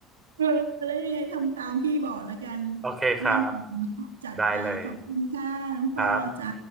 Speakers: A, on the right; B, on the right.
A: เออแล้วยังไงทำตามพี่บอกแล้วกัน
B: โอเคครับ
A: แน่นอนจัดไปขอบคุณค่ะน้องปอจ้า
B: ได้เลยครับ